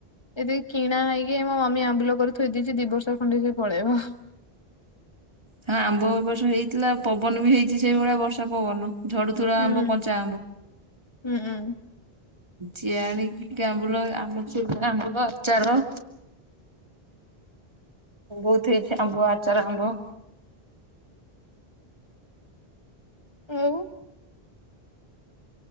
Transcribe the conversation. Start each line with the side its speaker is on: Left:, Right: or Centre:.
Left: ଏତି କିଣା ହେଇକି ମୋ ମମି ଆମ୍ବୁଲ କରି ଥୋଇ ଦେଇଛି ଦି ବର୍ଷ ଖଣ୍ଡେ ସେ ପଳେଇବ।
Right: ହଁ ଆମ୍ବ ଏ ବର୍ଷ ହେଇଥିଲା ପବନ ବି ହେଇଛି ସେଇଭଳିଆ ବର୍ଷା ପବନ। ଝଡୁଥୁରା
Left: ହୁଁ
Right: ଆମ୍ବ କଞ୍ଚା ଆମ୍ବ।
Left: ହୁଁ ହୁଁ
Right: ଜିଆଣିକି ଆମ୍ବୁଲ ଆମର ସବୁ ଆମ୍ବୁଲ ଆଚାର।
Left: <inaudible>
Right: ବହୁତ ହେଇଛି ଆମ୍ବ ଆଚାର ଆମ୍ବ।
Left: ଆଉ।